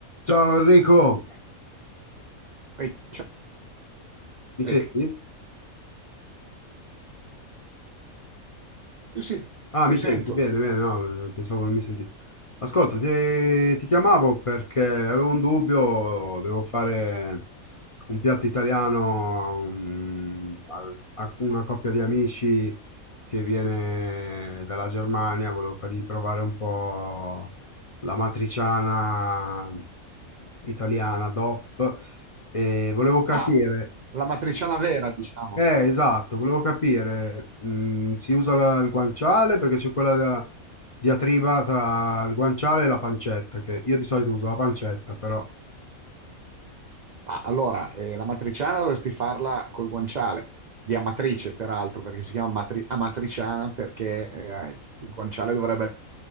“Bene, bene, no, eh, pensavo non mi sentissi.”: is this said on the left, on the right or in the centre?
Left